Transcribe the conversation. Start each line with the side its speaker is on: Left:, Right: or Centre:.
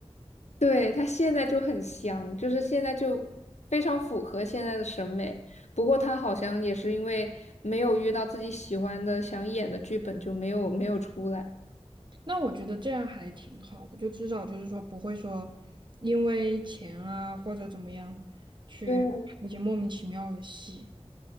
Left: 对，他现在就很香，就是现在就非常符合现在的审美。不过他好像也是因为没有遇到自己喜欢的、想演的剧本，就没有没有出来。
Right: 那我觉得这样还挺好的，就至少就是说不会说因为钱啊或者怎么样去拍一些莫名其妙的戏。
Left: 对，